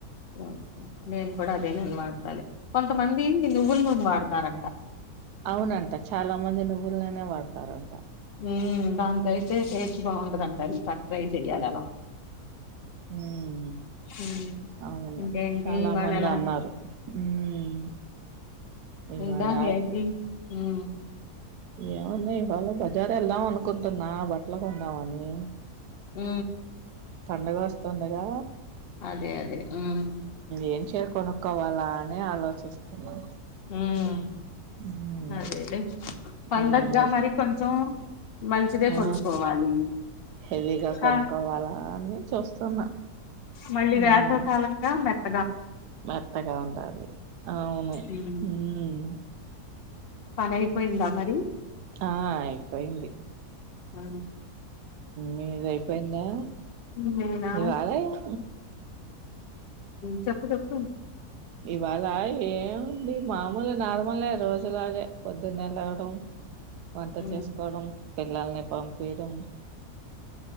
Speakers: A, on the left (about 50°); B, on the right (about 90°).
A: ఓకే నేను కూడా అదే నూనె వాడుతలే కొంతమంది నువ్వుల నూనె వాడ తారంట
B: అవునంట చాలా మంది నువ్వు నువ్వుల నూనె వాడతారంట
A: హమ్ దానికైతే టేస్ట్ బాగుంటుందట ఈసారి ట్రై చేయాల
B: హమ్
A: ఉమ్,
B: అవును
A: ఇంకేంటి
B: చాలా
A: ఇవాళ
B: మంది
A: ఎలా
B: అన్నారు హమ్ ఇవాళ
A: ఇంకా ఏంటి ఉమ్
B: ఏముంది ఇవాళ బజార్ వెళ్దాం అనుకుంటున్నా బట్ ఎట్ల కొందామని
A: ఉ
B: పండుగ వస్తుందిగా
A: అదే అదే ఉమ్
B: ఏం చేర కొనుక్కోవాలా అని ఆలోచిస్తున్నా
A: ఉమ్
B: మ్
A: అదేలే పండగగా
B: హమ్
A: మరి కొంచెం మంచిదే
B: ఆ
A: కొనుక్కోవాలి
B: హెవీగా
A: కా
B: కొనుక్కోవాలా అని చూస్తున్నా
A: మళ్ళీ
B: మ్మ్
A: వేసవకాలంగా మెత్త
B: మెత్తగా ఉండాలి అవును
A: ఉమ్.
B: హమ్
A: పని అయిపోయిందా మరి
B: ఆ అయిపోయింది
A: ఆ
B: నీద అయిపోయిందా
A: నేనా
B: ఇవ ఆలయం
A: చప్పు చప్పు
B: ఇవాళ ఏముంది మామూలు నార్మలే రోజులాగే పొద్దున్నె లేగడం వంట
A: ఉమ్.
B: చేసుకోవడం పిల్లల్ని పంపీయడం